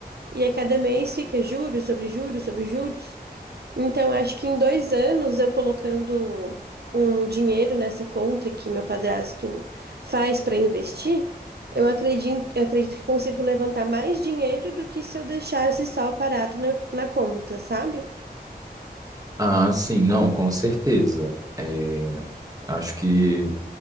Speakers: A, on the right; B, on the right.
A: e a cada mês fica juros sobre juros sobre juros. Então, acho que em dois anos eu colocando um dinheiro nessa conta que meu padrasto faz para investir, eu acredito, eu acredito que consigo levantar mais dinheiro do que se eu deixasse só parado na, na conta, sabe?
B: Ah, sim, não, com certeza. É, acho que